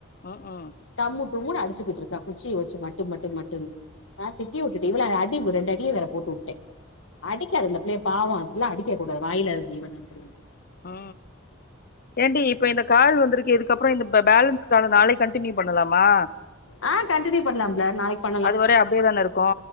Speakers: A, on the left; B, on the left.
A: ம்ஹூம்
B: டம்மு டும்முனு அடு ச்சுகிட்டு இருக்கா குச்சிய வச்சு மட்டு மட்டு மட்டுனு நா திட்டி வுட்டுடே இவ்ளோ அடி ரெண்டு அடிய வேற போட்டுவுட்ட அடிக்காத இந்த புள்ளய பாவோ அப்டில்லா அடிக்க கூடாது வாயிலாத ஜீவன் அப்டின்
A: அ ஏன்டி இப்ப இந்த கால் வந்திருக்கே இதுக்கப்றோ இந்த பேலன்ஸ் கால் நாளைக்கு கண்ட்டின்யூ பண்ணலாமா
B: அ கண்டின்யூ பண்லாம் புள்ள நாளைக்கு பண்ணலா
A: அது வரை அப்டியே தான இருக்கு